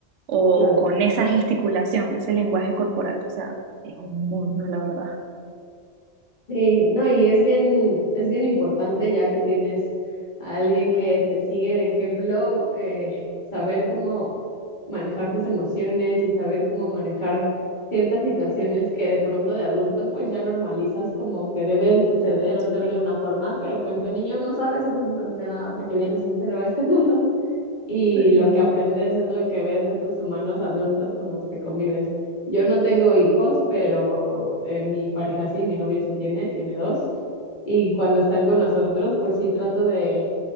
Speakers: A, on the right; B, on the left.
A: o
B: claro.
A: con esa gesticulación, ese lenguaje corporal. O sea, es un mundo, la verdad.
B: Sí, no, y es bien, es bien importante ya que tienes a alguien que te sigue de ejemplo, eh, saber cómo manejar tus emociones y saber cómo manejar ciertas situaciones que de pronto de adulto pues ya normalizas como que debe suceder o ser
A: En-
B: de una forma, pero pues de niño no sabes absolutamente nada porque vienes en cero a este <laughs> mundo y
A: Sí.
B: lo que aprendes es lo que ves de tus humanos adultos con los que convives. Yo no tengo hijos, pero eh, mi pareja sí, mi novio sí tiene, tiene dos. Y cuando están con nosotros, pues sí trato de